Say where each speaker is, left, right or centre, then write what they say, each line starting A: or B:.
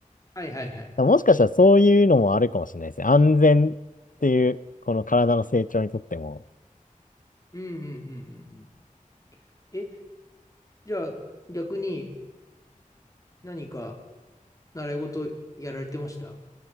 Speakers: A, on the left; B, on the left.
A: はいはいはい。
B: らもしかしたらそういうのもあるかもしれないですね。安全っていう、この体の成長にとっても。
A: うんうんうんうんうん。え、じゃあ逆に何か習い事やられてました